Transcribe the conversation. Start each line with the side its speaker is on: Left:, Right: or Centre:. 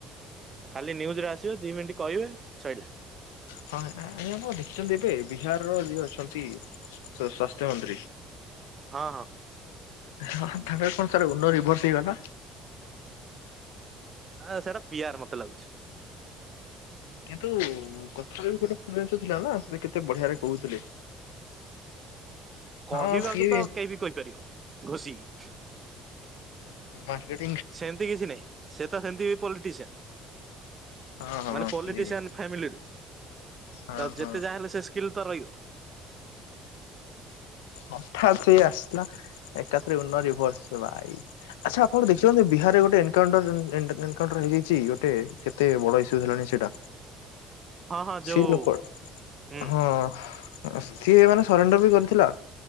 Right: ଖାଲି ନ୍ୟୁଜରେ ଆସିବେ ଦି ମିନଟି କହିବେ ସଇଲା।
Left: କଣ ହେଲା ଆଜ୍ଞା ମୋ ଡିଟେଲ ଦେଇପାରିବେ କି ବିହାରର ଯିଏ ଅଛନ୍ତି ସ୍ଵାସ୍ଥ୍ୟ ମନ୍ତ୍ରୀ।
Right: ହଁ ହଁ।
Left: ହଁ ତାଙ୍କର କଣ ସାର ଉନର ରିଭର୍ସ ହେଇଗଲା।
Right: ଆ ସେଇଟା ପି ଆର ମତେ ଲାଗୁଛି।
Left: କିନ୍ତୁ କଥା ରେ ବି ଗୋଟେ ପ୍ରୟାସ ଥିଲା ନା ସେ କେତେ ବଢିଆ ରେ କହୁଥିଲେ।
Right: କହିବାକୁ
Left: ହଁ ସିଏ
Right: ତ କେହି ବି କହିପାରିବ ଘୋଷିକି।
Left: ମାର୍କେଟ।
Right: ସେମିତି କିଛି ନାହିଁ ସେ ତ ସେମିତି ବି ପଲିଟିସିଆନ୍।
Left: ହଁ ହଁ
Right: ମାନେ ପଲିଟିସିଆନ
Left: ସିଏ ବି
Right: ଫ୍ୟାମିଲିରୁ
Left: ହଁ
Right: ତ ଯେତେ
Left: ହଁ
Right: ଯାହା ହେଲେ ସେ ସ୍କିଲ ତ ରହିବ।
Left: ହଠାତ୍ ସେଇ ଆସିଲା ଏକାଥରେ ଉନର ରିଭର୍ସ ରେ ଭାଇ। ଆଚ୍ଛା ଆପଣ ଦେଖିଛନ୍ତି ବିହାରରେ ଗୋଟେ। ଏନକୋଣ୍ଟର ଜ ଏନ ଏନ ଏନକୋଣ୍ଟର ହେଇଯାଇଚି ଗୋଟେ କେତେ ବଡ ଇସୂଜ ହେଲାଣି ସେଇଟା।
Right: ହଁ ହଁ ଯୋଉ
Left: ସେଇ ଲୋକ
Right: ହୁଁ।
Left: ହଁ ସ୍ତ୍ରୀ ହେବେନା। ସରେଣ୍ଡର ବି କରିଥିଲା